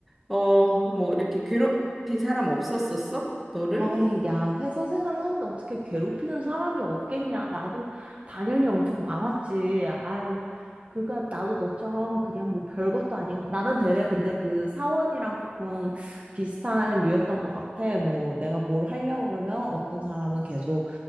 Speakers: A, in the centre; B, on the right (about 35°).
A: 어, 뭐 이렇게 괴롭힌 사람 없었었어? 너를?
B: 아이, 야, 회사 생활하는데 어떻게 괴롭히는 사람이 없겠냐. 나도 당연히 엄청 많았지. 아유, 그러니까 나도 너처럼 그냥 뭐 별것도 아닌, 나는 되레 근데 그 사원이랑 조금 비슷한 류였던 것 같아. 뭐 내가 뭘 하려고 그러면 어떤 사람은 계속